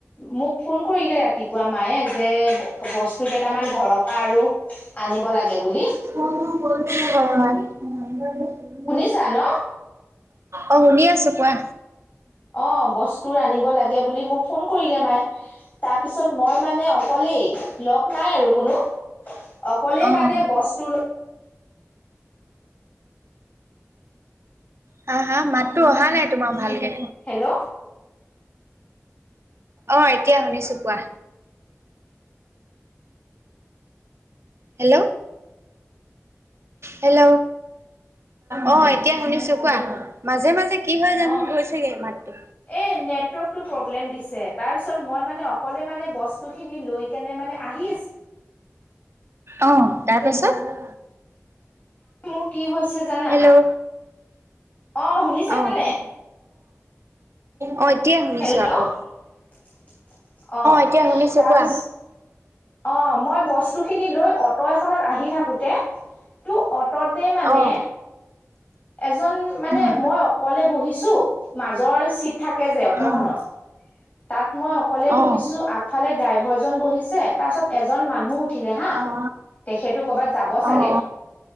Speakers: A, on the left; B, on the right.
A: মোক ফোন কৰিলে ৰাতিপুৱা মায়ে যে বস্তু কেই কেইটামান ঘৰৰ পৰা আৰু আনিব লাগে বুলি।
B: <inaudible>
A: শুনিছা ন?
B: অঁ শুনি আছোঁ কোৱা।
A: অঁ বস্তু আনিব লাগে বুলি মোক ফোন কৰিলে মায়ে। তাৰপিছত মই মানে অকলেই লগ নাই আৰু কোনো। অকলেই
B: অঁ
A: মানে বস্তু ল
B: হা হা মাতো অহা নাই তোমাৰ ভালকে।
A: হেল্ল
B: অঁ, এতিয়া শুনিছোঁ কোৱা। Hello, hello. অঁ এতিয়া শুনিছোঁ কোৱা। মাজে মাজে কি হয় জানো,
A: অ'
B: গৈ থাকে মাতটো।
A: এই নেটৱৰ্কটো প্ৰব্লেম দিছে। তাৰপিছত মই মানে অকলে মানে বস্তুখিনি লৈ কেনে মানে আহি আছে
B: অ, তাৰ পাছত
A: মোৰ কি হৈছে জানা?
B: হেল্ল'
A: অ শুনিছানে?
B: অ'। অ এতিয়া শুনিছোঁ
A: হেল্ল'
B: আকৌ।
A: <inaudible> অ
B: এতিয়া শুনিছো
A: তাৰপিছ,
B: কোৱা।
A: অ মই বস্তুখিনি লৈ অট অট এখনত আহি থাকোঁতে, তো অটতে মানে
B: অ'
A: এজন মানে,
B: উম
A: মই অকলে বহিছোঁ। মাজৰ চিট থাকে যে অটোখনত,
B: উম
A: তাত মই অক লে বহিছো,
B: অ'।
A: আগফালে ড্ৰাইভাৰজন বহিছে, তাৰ পাছত এজন মানুহ উঠিলে হা!
B: অ'
A: তেখেতো ক'ৰবাত যাব চাগে।
B: অ' অ'